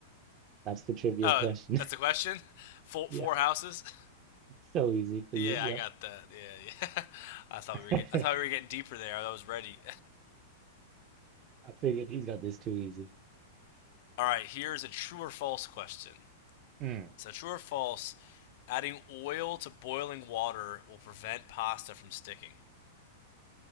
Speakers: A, on the right; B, on the left.
A: That's the trivia
B: Uh,
A: question.
B: that's
A: <laughs>
B: the question. Four,
A: Yeah,
B: four houses. <laughs>
A: it's so easy for
B: Yeah,
A: you. Yep.
B: I got that. Yeah, yeah. <laughs> I thought
A: <laughs>
B: we were get, I thought we were getting deeper there. I was ready.
A: I figured he's got this too easy.
B: <laughs> All right, here's a true or false question.
A: Mm.
B: So true or false, adding oil to boiling water will prevent pasta from sticking.